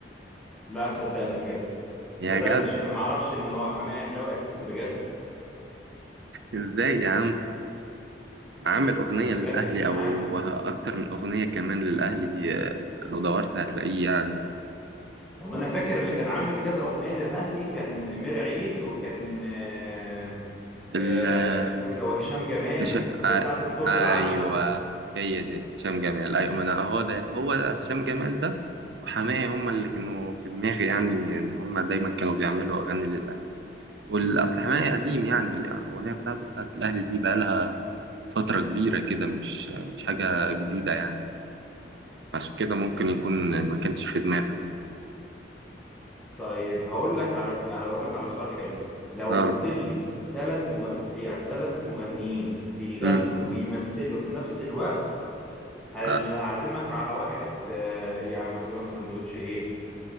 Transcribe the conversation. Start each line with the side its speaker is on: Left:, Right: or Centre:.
Centre: لا صدقني بجد
Right: يا
Centre: ده ده
Right: جدع
Centre: مش أنا معرفش إن هو حماقي أهلاوي أساسا بجد
Right: إزاي يا عم عامل أغنية
Centre: ب- بجد
Right: للأهلي
Centre: مش
Right: أو
Centre: عارف
Right: أكتر من أغنية كمان للأهلي آه، لو دورت هتلاقيه
Centre: هو أنا فاكر اللي كان عامل كذا أغنية للأهلي كان أمير عيد وكان آه
Right: يعني
Centre: آه اسمه إيه ده وهشام جمال
Right: هش... آ...
Centre: في بتاعة بطولة
Right: ايوه
Centre: العشرة
Right: هي دي هشام جمال ايوه ما انا اهو ده هو ده هشام جمال ده وحماية هما اللي كانوا في دماغي يعني ان هما دايما كانوا بيعملوا اغاني للاهلي والاصل حماية قديم يعني الاغنيه بتاعته بتاعت الاهلي دي بقالها فتره كبيره كده مش مش حاجه جديده يعني عشان كده ممكن يكون ما كانش في دماغي
Centre: طيب هقول لك على هقول لك على سؤال حلو لو
Right: اه
Centre: قلت لي ثلاث مغ... يعني ثلاث مغنيين بيغنوا
Right: امم
Centre: ويمثلوا في نفس الوقت هل
Right: آه،
Centre: هعزمك على واحد آه، يا عم هعزمك سندوتش ايه